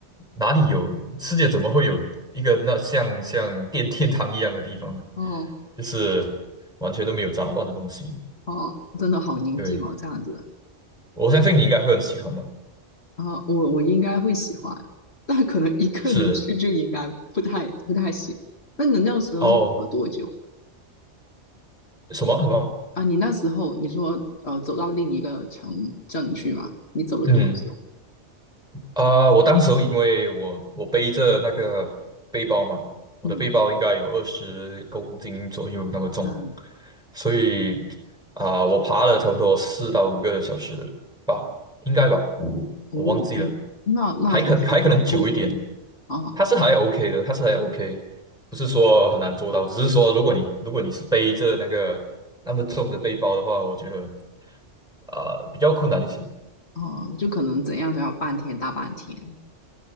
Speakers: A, in the centre; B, on the left (about 60°).
A: 哪里有，世界怎么会有一个那像像电天堂一样的地方呢？
B: 哦
A: 就是完全都没有杂乱的东西。
B: 哦，真的好宁静哦，
A: 对，
B: 这样子。
A: 我相信你应该会很喜欢吧？
B: 啊，我我应该会喜欢，但可能一个人去就应该不太不太行。
A: 是，
B: 那你那时候是走了多久
A: 哦，什么什么？
B: 啊？你那时候你说呃走到另一个城镇去嘛？你走了多久？
A: 嗯。啊、我当时候因为我我背着那个背包嘛，我的背包应该有二十公斤左右那么重，
B: 嗯嗯
A: 所以啊、我爬了差不多四到五个小时吧，应该吧，
B: 哦，
A: 我忘记了，
B: 哎，那那好像还
A: 还可还可能久一点，
B: OK 哦
A: 它是还 OK 的，它是还 OK，不是说很难做到，只是说如果你如果你是背着那个那么重的背包的话，我觉得啊、比较困难一些。
B: 哦，就可能怎样都要半天大半天